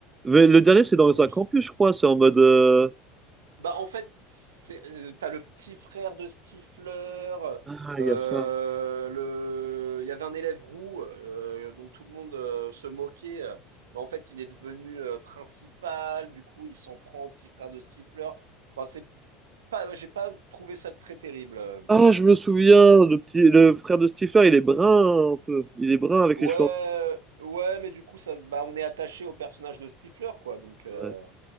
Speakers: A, on the right; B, on the right.
A: Mais le
B: une
A: dernier, c'est dans
B: bouse.
A: un campus, je crois. C'est en mode. euh,
B: Bah, en fait, c'est, euh, t'as le petit frère de Stifler.
A: Ah,
B: euh,
A: il y a ça.
B: le, il y avait un élève roux euh, dont tout le monde euh, se moquait. euh, mais en fait, il est devenu euh, principal. Du coup, il s'en prend au petit frère de Stifler. Enfin, c'est pas, j'ai pas trouvé ça très terrible. euh,
A: Ah, je me souviens, le petit, le frère de Stephen, il est brun un peu. Il est brun avec
B: Ouais,
A: les cheveux. en plus.
B: ouais, mais du coup, ça, bah, on est attaché au personnage de Stifler, quoi. Donc, euh,
A: Ouais.